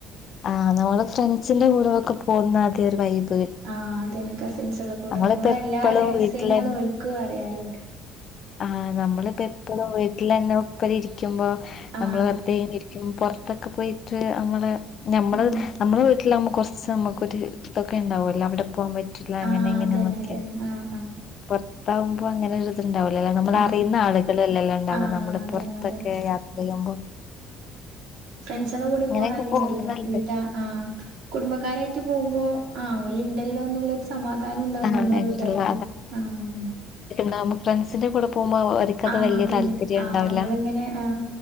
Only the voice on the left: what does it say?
ആ് നമ്മള് ഫ്രണ്ട്സിന്റെ കൂടെൊക്കെ പോകുന്ന അത ഒരു വൈബി
നമ്മളിപ്പോ
എപ്പളും
വീട്ടിലെ
ആഹ് നമ്മളിപ്പോ ഇപ്പഴ വീട്ടിൽ തന്നെ ഇപ്പരി ഇരിക്കുമ്പോ
നമ്മള് വെറുതെ ഇനെ ഇരിക്കുമ്പ പുൊറത്തൊക്കെ പോയിട്ട് നമ്മള് നമ്മുടെ
നമ്മുടെ വീട്ടിലാവകുമ്പോൾ കുറച്ച് നമുക്കൊരു ഇതൊക്കെ ഉണ്ടാവല്ല അവിടെ പോൻ പില്ല അങ്ങനെ
ഇങ്ങനെ
നോക്ക
പുൊറത്താാവുമ്പോ അങ്ങനെണ്ട ല്ല നമ്മൾ
അറിയുന്ന ആളുകളൾല്ലാംല്ലാം ഉണ്ടാവ
നമ്മള്
പുറത്തൊക്കെ
യാത്ര ചെയ്യുമ്പോ
അങ്ങനെയൊക്കെ
പോകുമ്പോ
നല്ല
രസാ
ന ഫ്രണ്ട്സിന്റെ <unintelligible> അവരിക്കത്
വലിയ
താല്പര്യം
ഉണ്ടാവില്ല